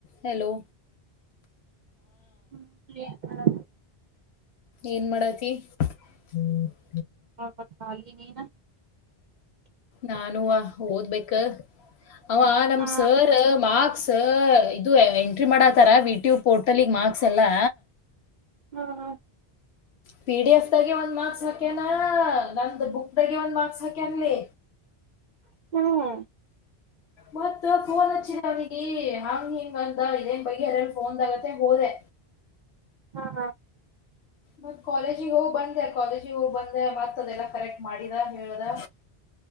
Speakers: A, on the left; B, on the right.
A: Hello
B: ಹ್ಮ ಹ
A: ಏನ್ ಮಾಡತಿ ಹ್ಮ
B: ಹ ಪಾಲಿ ನೀ
A: ನಾನೂ ಓದ್ಬೇಕ ಅವ ನಮ
B: ಹಾ
A: ಸರ್ ಮಾ ಮಕ್ಸ್ ಇದು ಎಂಟ್ರಿ ಮಾಡಾತಾರ ವಿಟ್ಯೂ ಪೋರ್ಟಲ್ಗ್ ಮಾರ್ಕ್ಸ್ ಎಲ್ಲಾ
B: ಹ್ಮ ಹ್ಮ
A: ಪಿ ಡಿ ಎಫ್ ದಾಗ ಒಂದ್ ಮಾರ್ಕ್ಸ್ ಹಾಕ್ಯನಾ ನಂದು್ದ ಬುಕ್ ದಾಗ ಒಂದ್ ಮಾರ್ಕ್ಸ್ ಹಾಕೇನ್ಲಿ
B: ಹ್ಮ್
A: ಮತ್ತ ಫೋನ್ ಹಚ್ಚಿನ ಅವಗಿ ಹಾಂಗ ಹಿಂಗ ಅಂತ ಇದೇನ್ ಬಗ್ಿ ಎಲ್ಲಲ್ಲ ಫೋನ್ಗತ್ತ ಹೋದೆ.
B: ಹಾ ಹಾ
A: ಮ ಕಾಲೇಜಿಗೆ ಹೋಗಿ ಬಂದೆ ಕಾಲೇಜಿಗೆ ಹೋಗಿ ಬಂದೆ ಬರ್ತದೆ ಎಲ್ಲ ಕರೆಕ್ಟ್ ಮಾಡಿದ ಹೇಳ್ದ